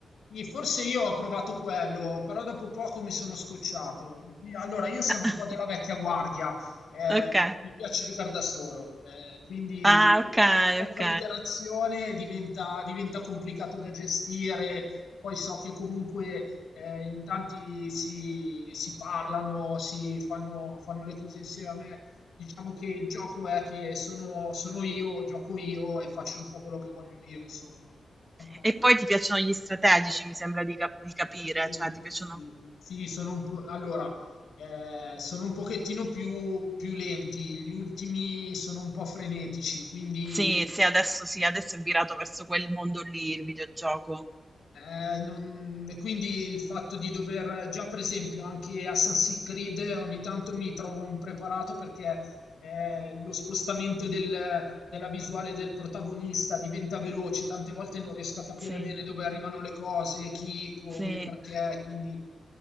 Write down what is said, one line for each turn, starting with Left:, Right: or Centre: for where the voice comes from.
Left: sì, forse io ho provato quello, però dopo poco mi sono scocciato. Allora, io sono
Right: <laughs>
Left: un po' della vecchia guardia, eh,
Right: Ok.
Left: mi piace giocare da solo, eh, quindi
Right: Ah,
Left: quello
Right: ok,
Left: che troppa
Right: ok.
Left: interazione diventa, diventa complicato da gestire. Poi so che comunque eh, in tanti si, si parlano, si fanno, fanno le cose insieme Diciamo che il gioco è che sono sono io, gioco io e faccio un po' quello che voglio io, insomma. Mettiamola
Right: E
Left: così.
Right: poi ti piacciono gli strategici, mi sembra di, cap- di capire,
Left: Sì,
Right: cioè ti
Left: sì,
Right: piacciono
Left: sì. Sì, sono un po' allora, ehm, sono un pochettino più più lenti, gli ultimi sono un po' frenetici, quindi
Right: Sì, sì, adesso sì, adesso è virato verso quel mondo lì il videogioco.
Left: Eh, non- e quindi il fatto di dover già, per esempio, anche Assassin's Creed ogni tanto mi trovo impreparato perché eh, lo spostamento del- della visuale del protagonista diventa veloce, tante volte non riesco a capire
Right: Sì,
Left: bene dove arrivano le cose, chi, come,
Right: sì,
Left: perché. Quindi